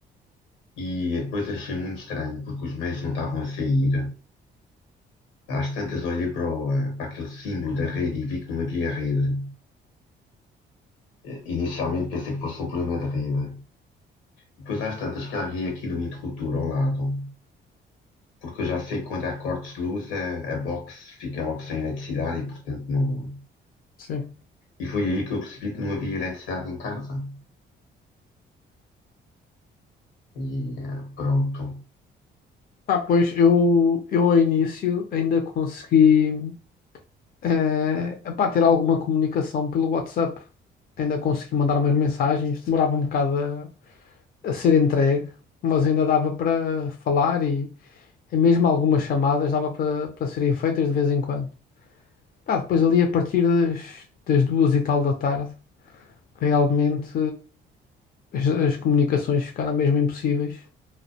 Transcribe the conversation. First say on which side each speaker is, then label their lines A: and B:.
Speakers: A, on the left (about 85°); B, on the left (about 50°).
A: E depois achei muito estranho, porque os meios não estavam a sair. Às tantas olhei para, o- para aquele símbolo da rede e vi que não havia rede. Eh, Inicialmente pensei que fosse um problema de rede. Depois às tantas carreguei aqui no interruptor ao lado, porque eu já sei que quando há cortes de luz a, a box fica logo sem eletricidade e portanto não...
B: Sim.
A: E foi aí que eu percebi que não havia eletricidade em casa. E eh, pronto.
B: Ah, pois, eu, eu ao início ainda consegui eh, epá, ter alguma comunicação pelo WhatsApp. Ainda consegui mandar umas mensagens, demorava um bocado a, a ser entregue, mas ainda dava para falar e, e mesmo algumas chamadas dava para para serem feitas de vez em quando. Ah, depois ali a partir das, das duas e tal da tarde. realmente as, as comunicações ficaram mesmo impossíveis.